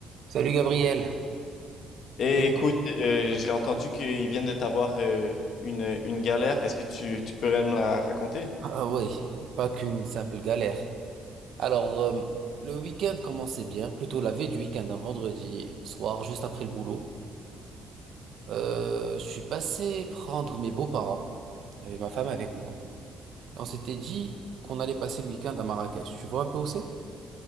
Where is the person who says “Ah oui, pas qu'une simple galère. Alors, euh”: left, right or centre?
Right